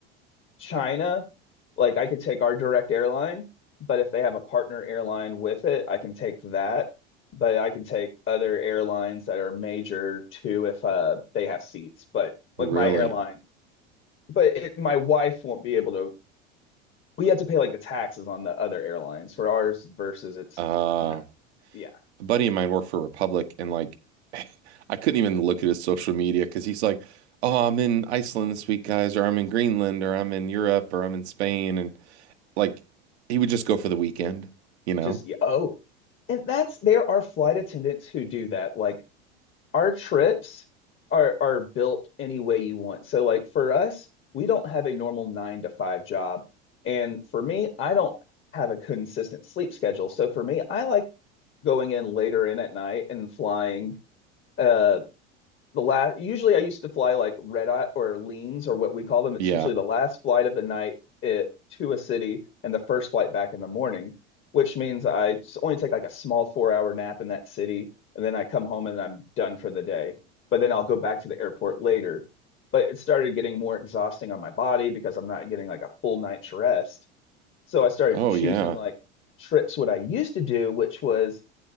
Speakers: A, on the left; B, on the right.
A: China, like I could take our direct airline, but if they have a partner airline with it, I can take that. But I can take other airlines that are major too if uh they have seats. But
B: Really?
A: with my airline, but it, my wife won't be able to. We have to pay like the taxes on the other airlines for ours versus it's
B: Uh
A: nothing. Yeah,
B: a buddy of mine worked for Republic and like <laughs> I couldn't even look at his social media because he's like, Oh, I'm in Iceland this week, guys, or I'm in Greenland, or I'm in Europe, or I'm in Spain. And like he would just go for the weekend, you know?
A: just yeah. Oh, and that's there are flight attendants who do that. Like our trips are are built any way you want. So like for us, we don't have a normal nine to five job. And for me, I don't have a consistent sleep schedule. So for me, I like going in later in at night and flying uh the last usually I used to fly like red eye or leans or what we call them. It's
B: Yeah.
A: usually the last flight of the night it, to a city and the first flight back in the morning, which means I just only take like a small four hour nap in that city and then I come home and I'm done for the day. But then I'll go back to the airport later. But it started getting more exhausting on my body because I'm not getting like a full night's rest. So I started
B: Oh,
A: choosing
B: yeah.
A: like trips what I used to do, which was